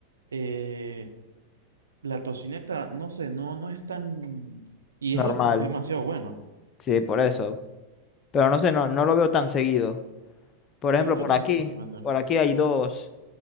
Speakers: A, on the right (about 70°); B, on the left (about 30°).
A: eh, la tocineta, no sé, no, no es tan... Y
B: normal.
A: es algo que es demasiado bueno.
B: Sí, por eso. Pero no sé, no, no lo veo tan seguido. Por ejemplo,
A: Yo, yo
B: por
A: tampoco
B: aquí,
A: realmente.
B: por aquí hay dos